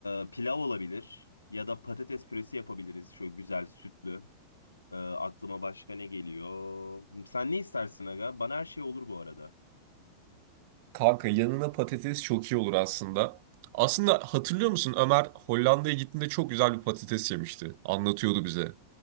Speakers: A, on the left; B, on the right.
A: Ee, pilav olabilir ya da patates püresi yapabiliriz. Şöyle güzel sütlü. Ee, aklıma başka ne geliyor? Sen ne istersin aga? Bana her şey olur bu arada.
B: Kanka yanına patates çok iyi olur aslında. Aslında hatırlıyor musun Ömer Hollanda'ya gittiğinde çok güzel bir patates yemişti. Anlatıyordu bize.